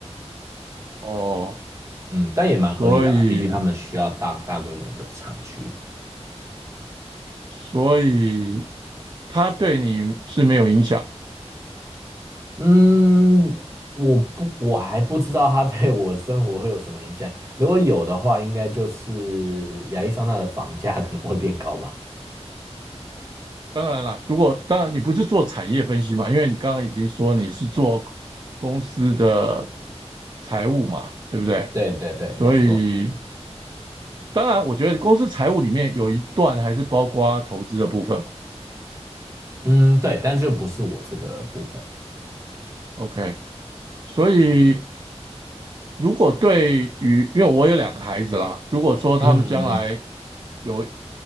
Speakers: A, on the right; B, on the right.
A: 哦，
B: 嗯，但也蛮合理的啦，
A: 所以
B: 毕竟他们需要大大规模的厂区。
A: 所以它对你是没有影响的。
B: 嗯，我不，我还不知道它对我生活会有什么影响。如果有的话，应该就是亚利桑那的房价可能会变高吧。
A: 当然啦，如果当然你不是做产业分析嘛，因为你刚刚已经说你是做公司的财务嘛，对不对？
B: 对对对，
A: 所以
B: 没错。
A: 当然，我觉得公司财务里面有一段还是包括投资的部分嘛。
B: 嗯，对，但就不是我这个部分。
A: OK，所以如果对于因为我有两个孩子啦，如果说他们将来
B: 嗯嗯嗯，
A: 有